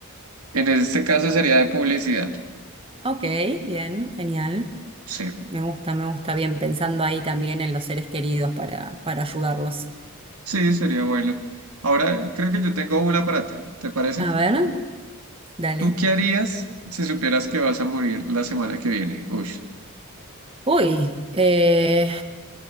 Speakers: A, on the right (about 80°); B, on the right (about 25°).
A: En este caso sería de publicidad,
B: Ok, bien, genial.
A: sí.
B: Me gusta, me gusta bien pensando ahí también en los seres queridos para, para ayudarlos.
A: Sí, sería bueno. Ahora creo que yo tengo una para ti, ¿te parece?
B: A ver, dale.
A: ¿Tú qué harías si supieras que vas a morir la semana que viene? Uy,
B: Uy, eh,